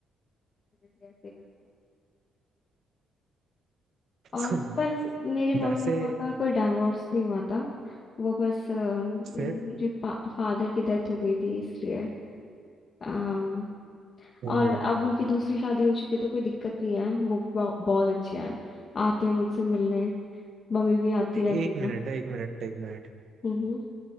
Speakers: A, on the left; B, on the right.
A: मुझे भी ऐसे ही लगता है।
B: <clears throat>
A: और पर मेरे मम्मी
B: वैसे
A: पापा का कोई डाइवोर्स नहीं हुआ था वो बस अ,
B: फिर
A: मेरे फादर की डेथ हो गई थी इसलिए अम,
B: ओहो,
A: और अब उनकी दूसरी शादी हो चुकी है तो कोई दिक्कत नहीं है वो बहु- बहुत अच्छे हैं आते हैं मुझसे मिलने मम्मी भी आती
B: एक
A: रहती
B: मिनट
A: है
B: है एक मिनट एक मिनट
A: हम्म